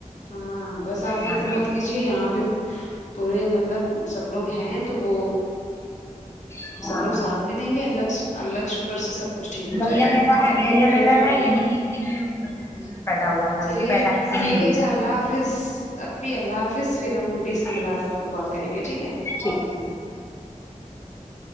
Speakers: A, on the left; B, on the left.
A: ہاں بس آپ فکر
B: ہاں ہاں
A: مت کیجیے یہاں پہ پورے مطلب سب لوگ ہیں تو وہ
B: ہاں
A: سب لوگ ساتھ بھی دیں گے اللہ کا- اللہ کا شکر سے سب کچھ ٹھیک ہو
B: بھیا
A: جائے گا
B: میرا ہے بھیا میرا ہے یہیں نہیں مطلب
A: ہاں
B: کہ پیدا ہوا تھا
A: چلیے
B: اس کی پیدائش یہی
A: ٹھیک
B: ہوئی
A: ہے اچھا
B: تھی
A: اللہ حافظ اپی اللہ حافظ پھر ہم بیس منٹ بعد
B: یس
A: آپ کو کال کریں گے ٹھیک ہے
B: ٹھیک ٹھیک